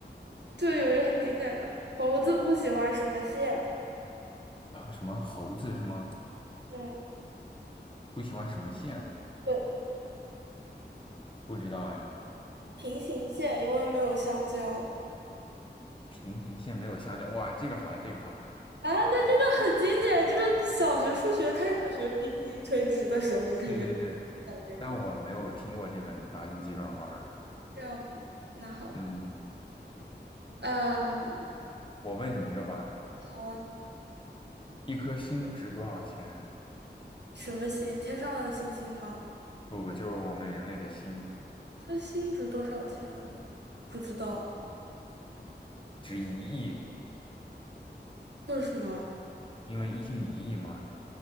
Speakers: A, on the right; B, on the left.
A: 这有一个很经典的，猴子不喜欢什么线？
B: 然后什么猴子什么
A: 嗯，
B: 不喜欢什么线？
A: 对，
B: 不知道哎，
A: 平行线，因为没有香蕉。
B: 平行线没有相交，哇，这个好，这个好，
A: 啊，那这个很经典，这个小学数学开始学平行垂直的时候就感觉
B: 对对对，
A: 讲这个，
B: 但我没有听过这个脑筋急转弯儿
A: 这样吗？那好吧，
B: 嗯，
A: 嗯，
B: 我问你一个吧。
A: 好啊，
B: 一颗星值多少钱？
A: 什么星？天上的星星吗？
B: 不不，就是我们人类的心
A: 它新值多少钱？不知道，
B: 值一亿，
A: 为什么？
B: 因为一星一亿嘛。